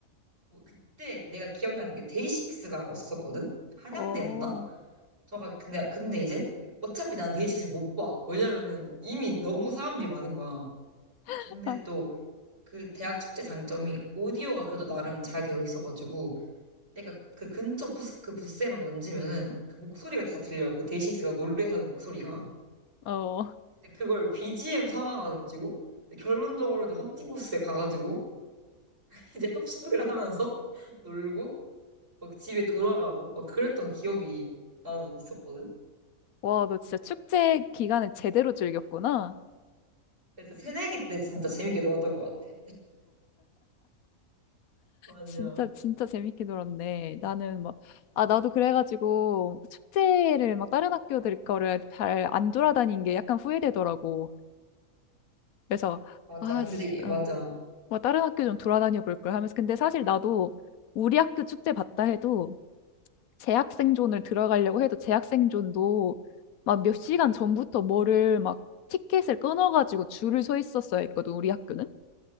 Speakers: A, on the right; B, on the left.
A: 뭐 그때 내가 기억나는 게 데이식스가 왔었거든 한양대였나?
B: 어,
A: 저가 근데 근데 이제 어차피 나는 데이식스 못봐 왜냐면은 이미 너무 사람들이 많은 거야
B: <laughs>
A: 근데 또 그 대학 축제 장점이 오디오가 그래도 나름 잘 되어 있어가지고 내가 그 근처 부스 그 부스에만 얹으면은 그 목소리가 다 들려 그 데이식스가 노래하는 목소리가
B: 어.
A: 이제 그걸 BGM 삼아가지고 이제 결론적으로 이제 헌팅호스에 가가지고 <laughs> 이제 합숙을 하면서 <laughs> 놀고 막 집에 돌아가고 막 그랬던 기억이 나는 있었거든.
B: 와, 너 진짜 축제 기간을 제대로 즐겼구나.
A: 그래서 새내기 때 진짜 재밌게 놀았던 것 같아. 맞아.
B: 진짜, 진짜 재밌게 놀았네. 나는 막,
A: 맞-
B: 아, 나도 그래가지고 축제를 막 다른 학교들 거를 잘 안 돌아다닌 게 약간 후회되더라고. 그래서
A: 맞아.
B: 아,
A: 근데
B: 씨,
A: 이- 맞아.
B: 어, 뭐 다른 학교 좀 돌아다녀 볼 걸 하면서 근데 사실 나도 우리 학교 축제 봤다 해도 재학생존을 들어가려고 해도 재학생존도 막 몇 시간 전부터 뭐를 막 티켓을 끊어가지고 줄을 서 있었어야 했거든 우리 학교는.